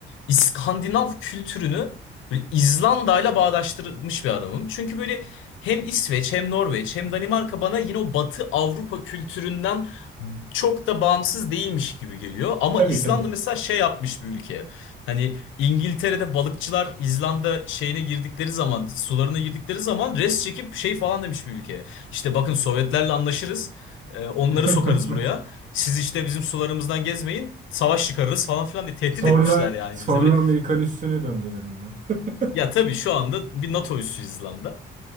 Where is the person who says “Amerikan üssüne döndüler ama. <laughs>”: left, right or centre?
Right